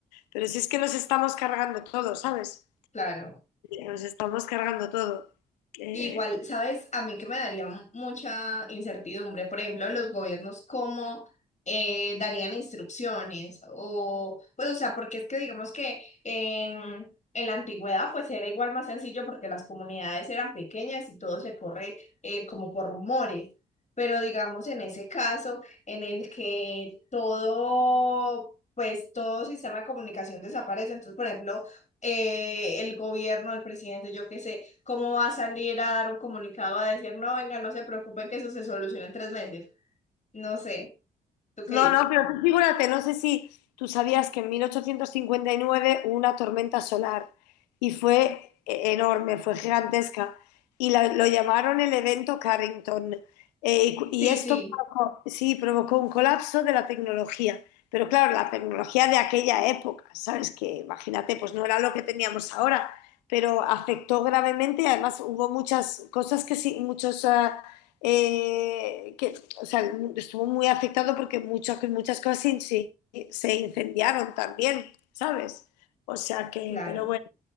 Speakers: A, on the left; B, on the left.
A: Pero si es que nos estamos cargando todo, ¿sabes?
B: Claro.
A: nos estamos cargando todo. Eh,
B: Igual, ¿sabes? A mí que me daría m- mucha incertidumbre, por ejemplo, los gobiernos cómo eh, darían instrucciones o, pues, o sea, porque es que digamos que en, en la antigüedad pues era igual más sencillo porque las comunidades eran pequeñas y todo se corre eh, como por rumores, pero digamos en ese caso en el que todo, pues todo sistema de comunicación desaparece, entonces, por ejemplo, eh, el gobierno, el presidente, yo qué sé, cómo va a salir a dar un comunicado a decir, no, venga, no se preocupen que eso se soluciona en tres meses. No sé, ¿tú qué
A: No,
B: dices?
A: no, pero tú figúrate, no sé si tú sabías que en 1859 hubo una tormenta solar y fue eh, enorme, fue gigantesca y la- lo llamaron el evento Carrington. Eh, y, cu- y
B: Sí,
A: esto
B: sí,
A: provocó, sí, provocó un colapso de la tecnología, pero claro, la tecnología de aquella época, ¿sabes? Que imagínate, pues no era lo que teníamos ahora, pero afectó gravemente y además hubo muchas cosas que sí, muchos... ah, eh, que, o sea, estuvo muy afectado porque muchas, muchas cosas se inci- se incendiaron también, ¿sabes? O sea que,
B: claro.
A: pero bueno.